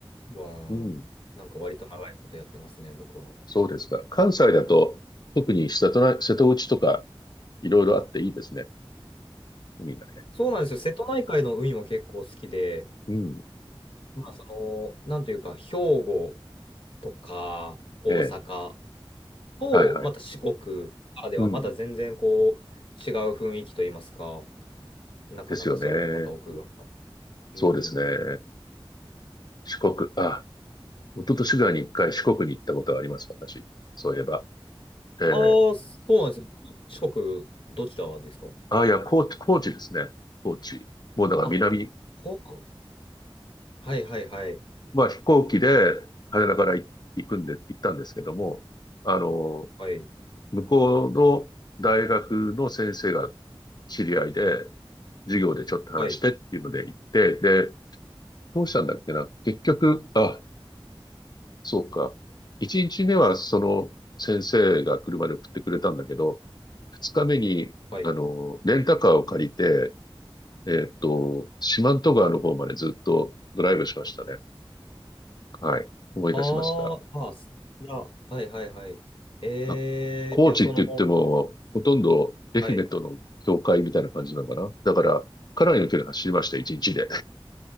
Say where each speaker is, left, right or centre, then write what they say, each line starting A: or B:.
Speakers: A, on the left; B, on the left.
A: ま
B: うん。
A: あ、なんか割と長いことやってますね、僕は。
B: そうですか。関西だと、特に瀬戸な、瀬戸内とか、いろいろあっていいですね。海がね。
A: そうなんですよ。瀬戸内海の海も結構好きで、
B: うん。
A: まあ、その、なんというか、兵庫とか大阪
B: ええ。
A: と、
B: はいはい。
A: また四国からでは、
B: うん。
A: また全然こう、違う雰囲気といいますか、なかなかそれもまた奥が。
B: ですよね。
A: うん。
B: そうですね。四国、あ、一昨年ぐらいに一回四国に行ったことがあります、私。そういえば。ええ。
A: ああ、そうなんですよ。四国、どちらですか
B: あ、いや、高知、高知ですね。高知。もうだから南、
A: あ、ここ。はいはいはい。
B: まあ飛行機で羽田からい行くんで、行ったんですけども、あの、
A: はい。
B: 向こうの大学の先生が知り合いで、授業でちょっと話してっていうので行って、
A: はい。
B: で、どうしたんだっけな。結局、あ、そうか。一日目はその先生が車で送ってくれたんだけど、二日目に、
A: はい。
B: あの、レンタカーを借りて、えっと、四万十川の方までずっとドライブしましたね。はい。思い出しました。
A: あーあ、すいや、はいはいはい。えー、
B: あ高知って言っても、
A: いや、その、
B: ほとんど愛媛との境界みたいな感じなのかな。
A: はい。
B: だから、かなりの距離走りました、一日で。